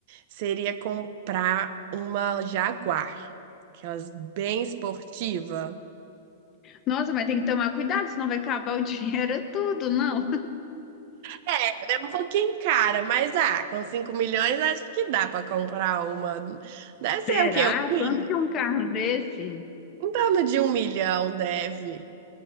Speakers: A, on the right (about 50°); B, on the left (about 30°).
A: seria comprar uma Jaguar, aquelas bem esportiva.
B: Nossa, mas tem que tomar cuidado, senão vai acabar o <laughs> dinheiro tudo, não?
A: É, ela é um pouquinho cara, mas ah, com 5 milhões acho que dá para comprar uma. Deve ser
B: Será?
A: o quê? Um milhão?
B: Quanto que é um carro desse?
A: Em torno de um milhão deve.